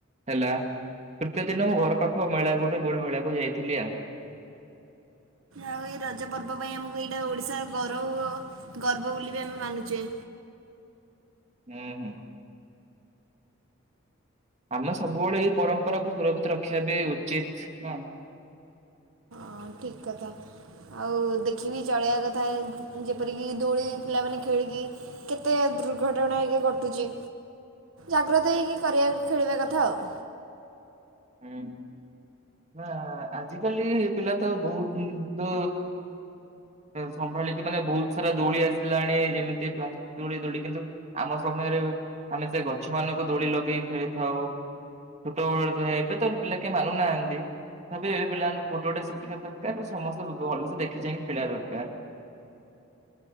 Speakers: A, on the right; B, on the right.
A: ହେଲା। ତୃତୀୟ ଦିନ ମୁଁ ଘର ପାଖ ମେଳା ଗୁଟେ ଗୁଡ ମେଳାକୁ ଯାଇଥିଲି ଆଉ।
B: ଆଉ ଏଇ ରଜ ପର୍ବ ପାଇଁ ଆମକୁ ଏଇଟା ଓଡିଶାର ଗୌରବ ଗର୍ବ ବୋଲି ବି ଆମେ ମାନୁଚେ।
A: ହୁଁ ହୁଁ। ଆମେ ସବୁବେଳେ ଏଇ ପରମ୍ପରାକୁୁ ସୁରକ୍ଷିତ ରଖିବା ବି ଉଚିତ୍ ନା?
B: ହଁ ଠିକ୍ କଥା। ଆଉ ଦେଖିବି ଚଳେଇଆ କଥା ଏ ଯେପରିକି ଦୋଳି ପିଲାମାନେ ଖେଳିକି କେତେ ଦୁର୍ଘଟଣା ଏଇକା ଘଟୁଚି। ଜାଗ୍ରତ ହେଇକି କରିଆ ଖେଳିବା କଥା ଆଉ।
A: ହୁଁ। ନା ଆଜିକାଲି ପିଲା ତ ବହୁତ ତୁ ସମ୍ ଭାଳିକି ମାନେ ବହୁତ ସାରା ଦୋଳି ଆସିଲାଣି ଯେମିତି <unintelligible> ଦୋଳି ଦୋଳି କିନ୍ତୁ ଆମ ସମୟରେ ଆମେ ସେ ଗଛମାନଙ୍କୁ ଦୋଳି ଲଗେଇ ଖେଳିଥାଉ। ଛୋଟବେଳେ ଏବେ ତ ପିଲା କେ ମାନୁନାହାନ୍ତି ତେବେ ଏବେ ପିଲାମାନଙ୍କୁ ଗୋଟେ ଗୋଟେ ଶିଖିଆ ଦରକାର। ସମସ୍ତେ ଭଲସେ ଦେଖି ଚାହିଁକି ଖେଳିଆ ଦରକାର।